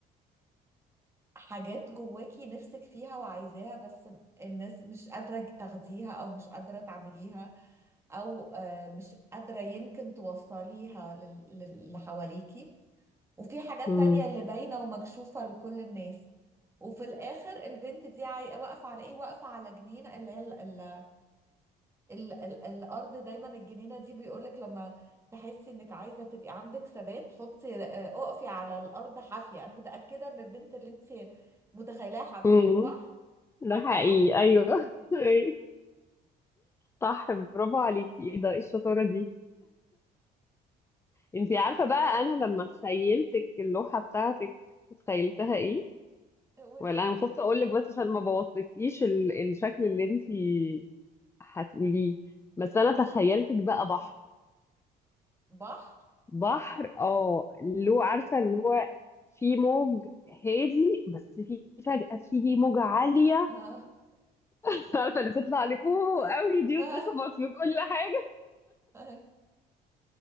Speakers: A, on the right; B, on the left.
A: حاجات جواكي نفسك فيها وعايزاها بس الناس مش قادرة تاخديها او مش قادرة تعمليها او آه مش قادرة يمكن توصليها لل- لل- اللي حواليكي وفي حاجات
B: مم.
A: تانية اللي باينة ومكشوفة لكل الناس وفي الاخر البنت دي عاي- واقفة على ايه واقفة على جنين اللي هي ال ال الارض دايما الجنينه دي بيقولك لما تحسي انك عايزه تبقي عندك ثبات حطي آه، اقفي على الارض حافيه انا متاكده ان البنت اللي انت متخيلاها حافيه
B: مم.
A: صح
B: ده حقيقي
A: صح
B: ايوه <laughs> أيوة. صح برافو عليكي ايه ده إيه الشطاره دي انتي عارفه بقى
A: طب ون-
B: انا لما تخيلتك اللوحه بتاعتك تخيلتها ايه
A: وريلي
B: ولا انا خفت اقول لك بس عشان ما بوظتكيش ال- الشكل اللي انتي هتقوليه بس انا تخيلتك بقى بحر
A: بحر
B: بحر اه له
A: مم.
B: عارفة اللي هو في موج هادي بس في فجأة تيجي موجة عالية
A: اه
B: <laughs> عارفة اللي بتطلع لفوق
A: <laughs>
B: قوي دي
A: هاي
B: وتخبط في كل حاجة
A: هاي